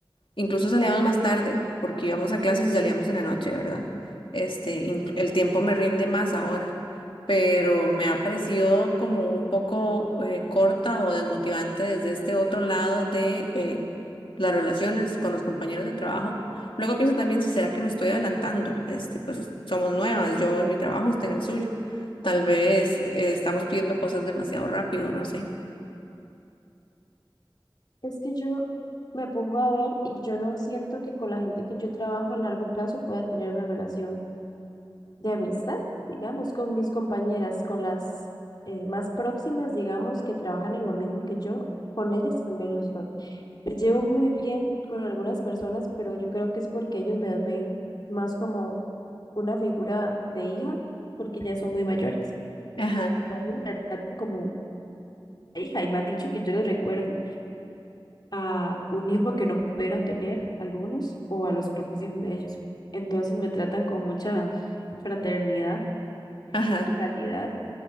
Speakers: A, on the left; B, on the left.
A: Incluso salíamos más tarde, porque íbamos a clases y salíamos en la noche, ¿verdad? Este, inc- el tiempo me rinde más ahora, pero me ha parecido como un poco eh, corta o desmotivante desde este otro lado de eh, las relaciones con los compañeros de trabajo. Luego pienso también si será que me estoy adelantando. Este, pues somos nuevas, yo en mi trabajo, usted en el suyo. Tal vez eh, estamos pidiendo cosas demasiado rápido, no sé.
B: Es que yo me pongo a ver y yo no siento que con la gente que yo trabajo a largo plazo pueda tener una relación de amistad, digamos, con mis compañeras, con las eh, más próximas, digamos, que trabajan en lo mismo que yo, con ellas al menos no. Me llevo muy bien con algunas personas, pero yo creo que es porque ellos me ven más como una figura de hija, porque ya son muy mayores.
A: Ajá,
B: Ellos Me tratan como hija y me han dicho que yo les recuerdo. a un hijo que no pudieron tener algunos o a los propios hijos de ellos. Entonces me tratan con mucha fraternidad
A: ajá.
B: y calidad,